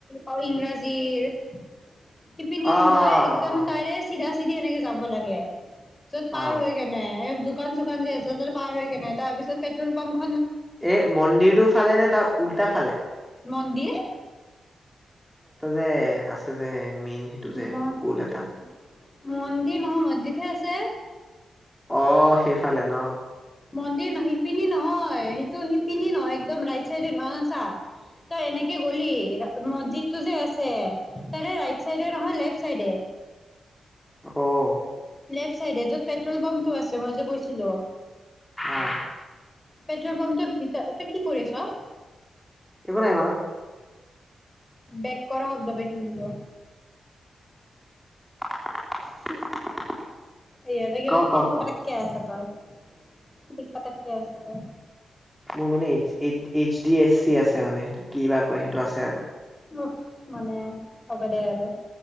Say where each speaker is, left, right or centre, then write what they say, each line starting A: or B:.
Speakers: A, on the left; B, in the centre.
A: অ ইংৰাজীৰ - শিপিনী
B: অ অ
A: নহয় একদম
B: অ
A: তাৰে চিধা চিধি এনেকে যাব লাগে- চ'ত পাৰ
B: অ
A: হৈ কেনে- দোকান চুকান যে আ ত পাৰ হৈেনে তাৰিত পেট্ৰল পাম্প-
B: এই মন্দিৰটো ফালে নে তাৰ উল্টা ফালে-
A: মন্দিৰ
B: <unintelligible> আছে যে। মেইন সেইটো যে
A: মন্দিৰ
B: গোল এটা
A: নহয়, মছজিদহে আছে।
B: অঁ সেইফালে ন?
A: মন্দিৰ নহ শিপিনী নহয়, সেইটো শিপিনী নহয় একদম ৰাইট চাইডে নহয় চা, তই এনেকে গ'লি, মছজিদটো যে আছে, তাৰে ৰাইট চাইডে নহয় লেফট চাইডে।
B: অঁ।
A: লেফ্ট ছাইডে, য'ত পেট্ৰ'ল পাম্পটো আছে, মই যে কৈছিলোঁ।
B: অঁ।
A: পেট্ৰল পাম্পটোৰ ভিতৰত, এ কি কৰিছোৱা?
B: একো নাই কৰা।
A: বেক কৰা শব্দ পাইছো কিন্তু।
B: <inaudible>
A: এইয়াটো,
B: ক
A: তই
B: ক
A: কিবাতু
B: ক
A: পঠিক পটাককে আছ ত'ই। পিটীক পাটনায়কে আছ ত'ই।
B: মোৰ মানে, এইচ ডি এছ চি আছে মানে। কি বা কয়, সেইটো আছে আৰু।
A: উফ মানে হব দে আৰু,